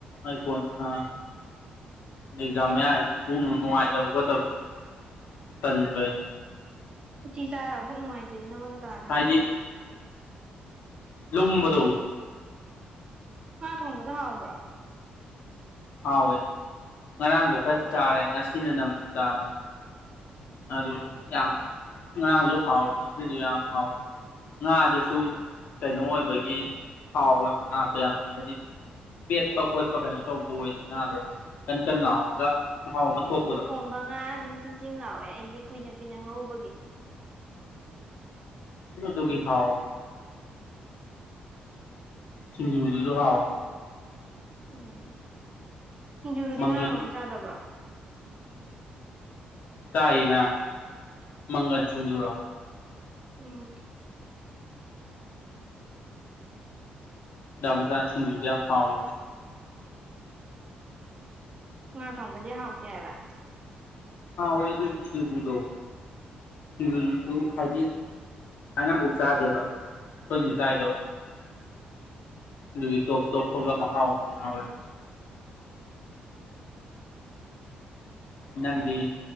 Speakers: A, on the left (about 65°); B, on the right (about 30°).
A: ꯑꯩꯀꯣꯟ ꯑꯥ ꯑꯦꯛꯖꯥꯝ ꯃꯌꯥꯁꯤꯅ ꯄꯨꯛ ꯅꯨꯡ ꯅꯨꯡꯉꯥꯏꯇꯕ ꯈꯣꯠꯇꯕꯗ‌ꯣ ꯇꯟꯕꯩ
B: ꯎꯇꯤ ꯆꯥꯔꯒ‌ ꯄꯨꯛ ꯅꯨꯡꯉꯥꯏꯇ‌ꯦꯗꯤ ꯅꯪꯉꯣꯟꯗ ꯀꯅꯥꯅ
A: ꯍꯥꯏꯗꯤ
B: ꯍꯥꯏꯕ
A: ꯂꯨꯝꯕꯗꯣ
B: ꯉꯥ ꯊꯣꯡꯕꯗꯤ ꯍꯥꯎꯕ꯭ꯔꯣ
A: ꯍꯥꯎꯋꯦ ꯉꯔꯥꯡꯗꯣ ꯈꯔ
B: ꯆ
A: ꯆꯥꯔꯦ ꯉꯁꯤꯅ ꯅꯝꯅ ꯆꯥꯔꯦ ꯑꯗꯨ ꯌꯥꯝ ꯉꯥꯔꯥꯡꯁꯨ ꯍꯥꯎꯋꯤ ꯑꯁꯤꯁꯨ ꯌꯥꯝ ꯍꯥꯎꯋꯤ ꯉꯥꯗꯨꯁꯨ ꯀꯩꯅꯣ ꯑꯣꯏꯕꯒꯤ ꯍꯥꯎꯋꯦꯕ ꯉꯥꯗꯣ ꯌꯥꯝ ꯍꯥꯏꯗꯤ ꯄꯦꯠꯄ ꯈꯣꯠꯄ ꯀꯩꯅꯣ ꯇꯧꯕꯗꯨ ꯑꯣꯏꯗꯦ ꯉꯥꯗꯣ ꯀꯟ ꯀꯟ ꯂꯥꯎꯔꯒ ꯃꯍꯥꯎ ꯑꯃ ꯊꯣꯛꯄꯗꯣ
B: ꯃꯉꯥ ꯑꯗꯨꯝ ꯆꯤꯡ ꯆꯤꯡ ꯂꯥꯎꯋꯦ ꯑꯩꯗꯤ ꯀꯨꯏꯅ ꯀꯨꯏꯅ ꯉꯧꯕꯒꯤ
A: ꯃꯗꯨꯒꯤ ꯊꯥꯎ ꯁꯤꯡꯖꯨꯗꯨꯁꯨ ꯍꯥꯎꯌ‌ꯦ
B: ꯎꯝ ꯁꯤꯡꯖꯨꯗꯨꯗꯤ
A: ꯃꯪꯒꯟ
B: ꯉꯔꯥꯡ ꯂꯣꯏ ꯆꯥꯗꯕ꯭ꯔꯣ
A: ꯆꯥꯏꯌꯦ‌ ꯉꯔꯥꯡ ꯃꯪꯒꯟ ꯁꯤꯡꯖꯨꯔꯣ
B: ꯎꯝ
A: ꯌꯥꯝꯕ ꯖꯥꯠꯅ‌ꯦ ꯁꯤꯡꯖꯨꯗ‌ꯣ ꯌꯥꯝ ꯍꯥꯎꯌ‌ꯦ
B: ꯉꯥ ꯊꯣꯡꯕꯗꯤ ꯍꯥꯎꯇꯦ ꯍꯥꯏꯕ
A: ꯍꯥꯎꯌ‌ꯦ ꯗꯨꯕꯨꯗꯤ ꯁꯤꯡꯖꯨ ꯗ‌ꯣ ꯁꯤꯡꯖꯨ ꯗꯨꯁꯨ ꯍꯥꯏꯗꯤ ꯁꯨꯃꯥꯏꯅ ꯑꯃꯐꯥꯎ ꯆꯥꯗꯦꯕ ꯈ‌ꯣꯏꯖꯨ ꯆꯥꯏꯗꯣ ꯑꯗꯨꯒꯤ ꯇꯣꯞ ꯇꯣꯞꯄꯒ ꯃꯍꯥꯎ ꯌꯥꯎꯌ‌ꯦ ꯅꯪꯗꯤ